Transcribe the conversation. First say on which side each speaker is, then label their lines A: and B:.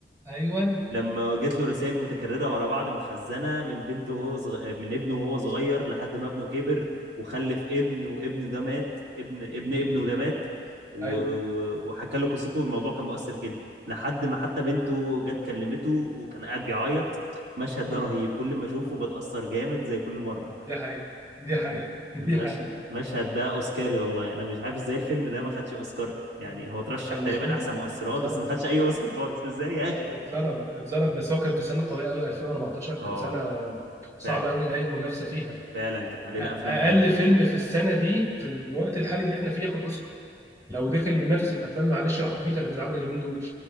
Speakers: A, on the right; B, on the right.
A: ايوه
B: لما جات له رسائل متكررة ورا بعض متخزنة من بنته وهو صغ... من ابنه وهو صغير لحد ما ابنه كبر وخلف ابن وابنه ده مات ابن ابن
A: مم.
B: ابنه ده مات و...
A: ايوه
B: و... وحكى له قصته والموضوع كان مؤثر جدا لحد ما حتى بنته جت كلمته وكان قاعد بيعيط المشهد
A: مم.
B: ده رهيب كل ما اشوفه بتأثر جامد زي كل مرة
A: دي حقيقه دي حقيقه
B: المش...
A: <laughs> دي حقيقه
B: المشهد ده اوسكاري والله انا مش عارف ازاي الفيلم ده
A: مم.
B: ما خدش اوسكار يعني هو ترشح
A: كان
B: تقريبا
A: مظلوم
B: احسن مؤثرات
A: اتظلم
B: بس ما خدش
A: في السنة.
B: اي اوسكار خالص ازاي يا اخي
A: اتظلم اتظلم بس هو كان في سنه قويه قوي 2014 كانت
B: اه
A: سنه صعبه
B: فعلا
A: قوي لاي منافسه فيها
B: فعلا كانت مليانه
A: أ-
B: افلام
A: اقل
B: حلوه
A: فيلم في السنه دي في الوقت الحالي اللي احنا فيه ياخد اوسكار لو دخل ينافس في الافلام معلش العبيطه اللي بتتعمل اليومين دول